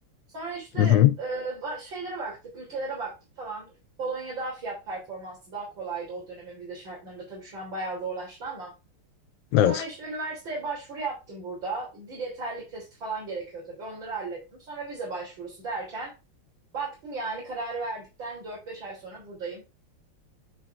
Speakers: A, on the right; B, on the left.
A: Sonra işte
B: Hı hı.
A: e, ba- şeylere baktık, ülkelere baktık falan. Polonya daha fiyat performansı daha kolaydı o dönemin vize şartlarında. Tabii şu an bayağı zorlaştı ama. Sonra
B: Evet.
A: işte üniversiteye başvuru yaptım burada. Dil yeterlilik testi falan gerekiyor tabii. Onları hallettim. Sonra vize başvurusu derken baktım yani kararı verdikten dört beş ay sonra buradayım.